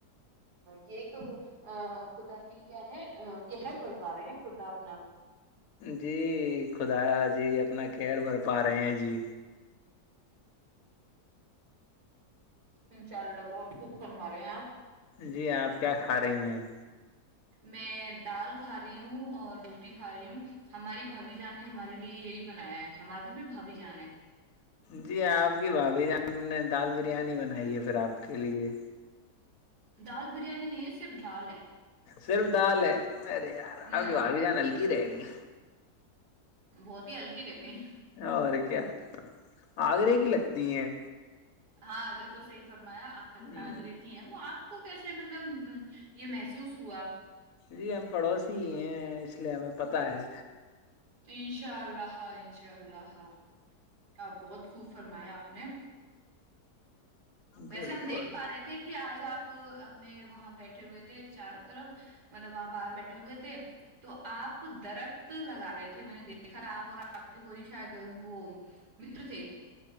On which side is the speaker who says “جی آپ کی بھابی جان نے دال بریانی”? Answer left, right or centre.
Left